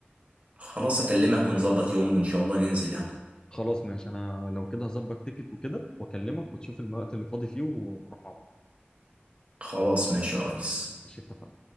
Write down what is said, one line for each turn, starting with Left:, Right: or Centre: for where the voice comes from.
Right: خلاص اكلمك ونظبط يوم وان شاء الله ننزل يعني
Left: خلاص ماشي انا لو كده هظبط تيكت وكده واكلمك وتشوف الوقت اللي فاضي فيه ونروح مع بعض
Right: خلاص ماشي يا ريس
Left: ماشي اتفقنا